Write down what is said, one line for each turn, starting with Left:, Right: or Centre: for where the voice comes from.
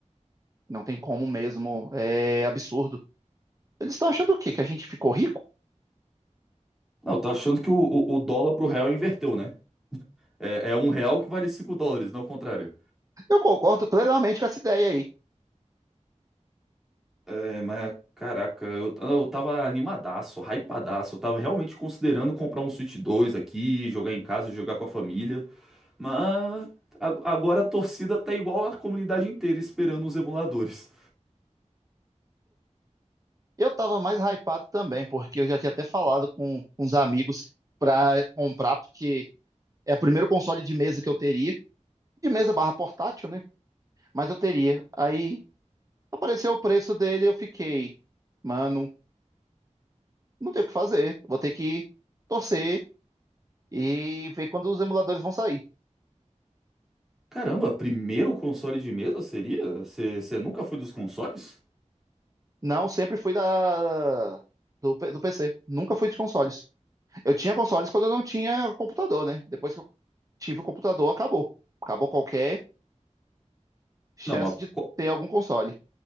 Right: Não tem como mesmo, é absurdo. Eles estão achando o quê? Que a gente ficou rico?
Centre: Não, tá achando que o, o, o dólar pro real inverteu, né? É, é um real que vale 5 dólares, não o contrário.
Right: Eu concordo plenamente com essa ideia aí.
Centre: É, mas caraca, eu, ah, eu tava animadaço, hypadaço. Eu tava realmente considerando comprar um Switch dois aqui, jogar em casa, jogar com a família. Mas a- agora a torcida tá igual a comunidade inteira esperando os emuladores.
Right: Eu tava mais hypado também, porque eu já tinha até falado com uns amigos pra comprar, porque é o primeiro console de mesa que eu teria, de mesa barra portátil, né? Mas eu teria. Aí. Apareceu o preço dele, eu fiquei, mano, não tem o que fazer. Vou ter que torcer e ver quando os emuladores vão sair.
Centre: Caramba, primeiro console de mesa seria? Você nunca foi dos consoles?
Right: Não, sempre fui da do, P- do PC. Nunca fui de consoles. Eu tinha consoles quando eu não tinha computador, né? Depois que eu tive o computador, acabou. Acabou qualquer chance
Centre: Não, mas,
Right: de
Centre: qual-
Right: ter algum console.